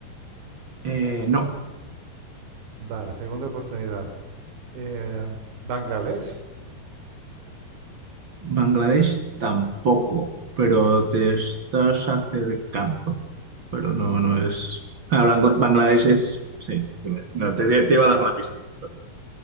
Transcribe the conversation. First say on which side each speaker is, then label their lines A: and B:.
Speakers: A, on the right; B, on the right.
A: Eh, no.
B: Vale, segunda oportunidad. Eh, ¿Bangladesh?
A: Bangladesh tampoco, pero te estás acercando. Pero no, no es. Ah, Bangla- Bangladesh es. Sí, dime. No, te, te iba a dar una pista, pero no.